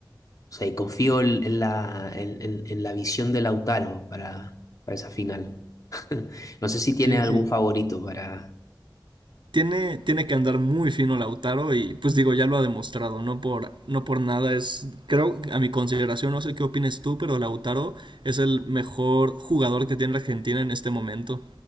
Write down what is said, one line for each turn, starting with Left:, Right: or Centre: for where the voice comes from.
Left: O sea, y confío en, en la, en, en- en la visión de Lautaro para, para esa final. <laughs> No sé si tiene
Right: Sí,
Left: algún
Right: sí.
Left: favorito para...
Right: Tiene, tiene que andar muy fino Lautaro y pues digo, ya lo ha demostrado, no por, no por nada es, creo, a mi consideración, no sé qué opines tú, pero Lautaro es el mejor jugador que tiene Argentina en este momento,